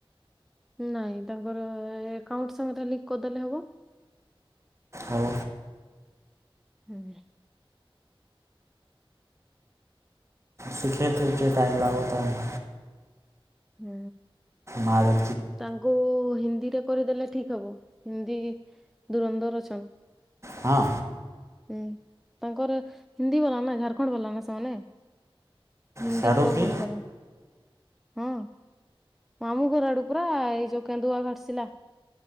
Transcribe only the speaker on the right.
ଆଉ।
ସିଖେଇଥ କି ଟାଇମ ଲାଗୁ ତ ଆମ
ମାରେ
ହଁ।
ସିଆଡ଼ୁ
କି